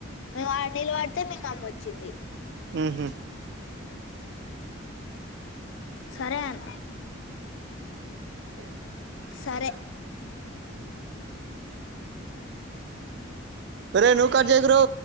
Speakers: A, on the left; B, on the right.
A: మేము నీళ్ళ వడితే మీ మమ్మి వచ్చింది
B: ఉమ్ హు
A: సరే అన్న
B: ఇ
A: సరే
B: ఒరేయ్ నువ్ కట్ చేయకు రో